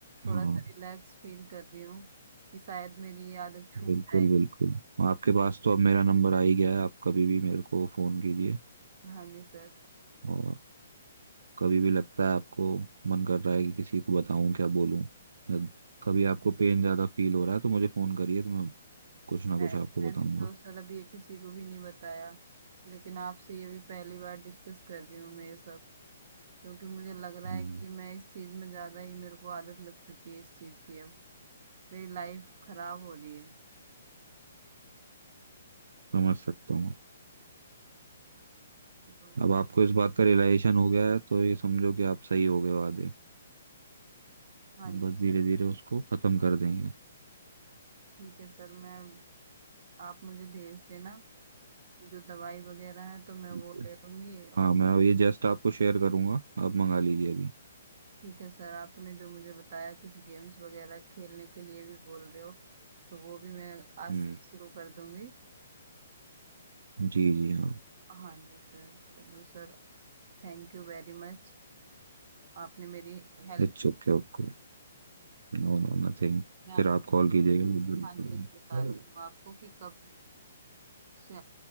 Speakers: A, on the right (about 45°); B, on the right (about 75°).
A: थोड़ा
B: हाँ
A: सा रिलैक्स फील कर रही हूँ कि शायद मेरी ये आदत छूट
B: बिल्कुल
A: जाएगी
B: बिल्कुल आपके पास तो अब मेरा नंबर आ ही गया है आप कभी भी मेरे को फ़ोन कीजिए
A: हाँ जी सर
B: और कभी भी लगता है आपको मन कर रहा है कि किसी को बताऊं क्या बोलूं जब कभी आपको पेन ज्यादा फील हो रहा है तो मुझे फोन करिए तो मैं कुछ ना कुछ
A: मैं
B: आपको
A: मैंने
B: बताऊंगा
A: तो सर अभी ये किसी को भी नहीं बताया लेकिन आपसे ये भी पहली बार डिस्कस कर रही हूँ मैं ये सब क्योंकि मुझे लग रहा
B: हम्म,
A: है कि मैं इस चीज में ज्यादा ही मेरे को आदत लग चुकी है इस चीज की अब मेरी लाइफ खराब हो रही है
B: समझ सकता हूँ
A: तो
B: अब आपको इस बात का रियलाइजेशन हो गया है तो ये समझो कि आप सही हो गए हो आधे
A: हाँ
B: अब
A: जी
B: बस
A: सर
B: धीरे धीरे उसको खत्म कर देंगे
A: ठीक है सर मैं आप मुझे भेज देना जो दवाई वगैरह है तो मैं
B: ठीक
A: वो
B: है
A: ले लूंगी और
B: हाँ मैं ये जस्ट आपको शेयर करूंगा आप मंगा लीजिए अभी
A: ठीक है सर आपने जो मुझे बताया कुछ गेम्स वगैरह खेलने के लिए भी बोल रहे हो तो वो भी मैं आज
B: हम्म
A: से शुरू कर दूंगी
B: जी जी हाँ
A: हाँ जी सर चलो sir thank you very much आपने मेरी हेल्प
B: It's okay okay No no nothing
A: मैं आप
B: फिर आप कॉल कीजिएगा मुझे जरूरत
A: हाँ जी
B: पड़ेगी
A: बताती हूँ आपको कि कब से